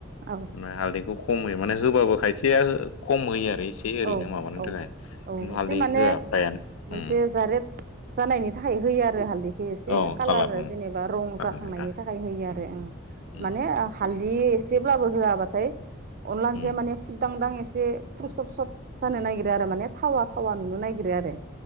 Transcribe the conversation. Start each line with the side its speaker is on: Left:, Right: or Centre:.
Right: औ
Left: ओमफ्राय हालदैखौ खम होयो माने होबाबो खायसेया खम होयो आरो एसे ओरैनो
Right: औ
Left: माबानो
Right: औ
Left: थाखाय
Right: औ
Left: खिन्थु हालदै
Right: एसे माने
Left: होआ फ्रायानो
Right: मोनसे
Left: उम
Right: जारेद जानायनि थाखाय होयो आरो हालदि एसे
Left: औ
Right: कालार
Left: उम
Right: जेनेबा रं
Left: जागोन
Right: जाखांनायनि
Left: नोंथां
Right: थाखाय होयो आरो आ
Left: उम
Right: माने हालदि एसेब्लाबो होआबाथाय अनदला
Left: उम
Right: ओंख्रिया माने फुरदांदां एसे फुरसब सब जानो नागिरो आरो माने थावा थावा नुनो नागिरो आरो